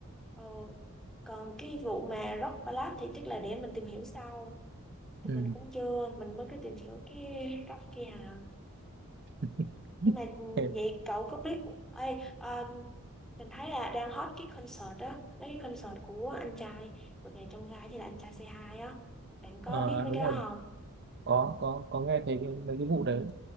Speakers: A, in the centre; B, on the right (about 50°).
A: ờ, còn cái vụ mà rock ballad thì tức là để mình tìm hiểu sau thì
B: ừ
A: mình cũng chưa, mình mới cái tìm hiểu cái góc kia à.
B: <laughs>
A: Nhưng mà ừ,
B: Thế,
A: vậy cậu có biết, ơi, um, mình thấy là đang hot cái concert đó, mấy cái concert của anh trai, vượt ngàn chông gai hay là anh trai c hai á. Bạn có
B: ờ,
A: biết mấy
B: đúng
A: cái
B: rồi
A: đó không?
B: có có có nghe thấy cái, mấy cái vụ đấy